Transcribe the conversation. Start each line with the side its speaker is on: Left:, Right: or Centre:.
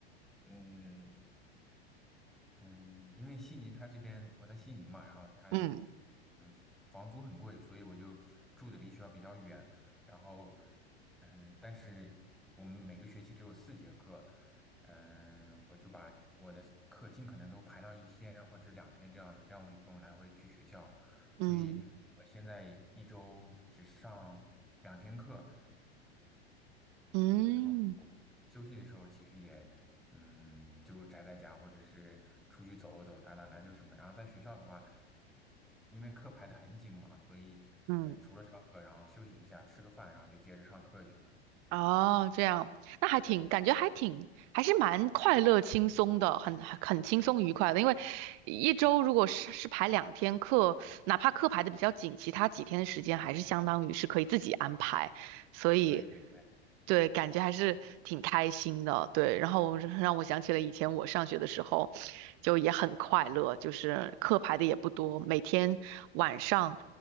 Centre: 嗯，嗯，因为悉尼它这边我在悉尼嘛，然后它悉
Right: 嗯
Centre: 嗯，房租很贵，所以我就住的离学校比较远。然后，嗯，但是我们每个学期只有四节课，嗯，我就把我的课尽可能都排到一天或者两天这样子，这样我就不用来回去学校。所以我现在一周只上两天课，
Right: 嗯嗯
Centre: 然后休息的时候其实也，嗯，就宅在家或者是出去走走、打打篮球什么的。然后在学校的话，因为课排得很紧嘛，所以呃，
Right: 嗯。
Centre: 除了上课，然后休息一下，吃个饭，然后就接着上课去了。
Right: 哦，这样，那还挺，
Centre: 对
Right: 感觉还挺，还是蛮快乐、轻松的，很很轻松愉快的。因为一周如果是是排两天课，哪怕课排的比较紧，其他几天的时间还是相当于是可以自己安排。所以
Centre: 对对对，
Right: 对，感觉还是挺开心的。对，然后让我想起了以前我上学的时候，就也很快乐，就是课排的也不多，每天晚上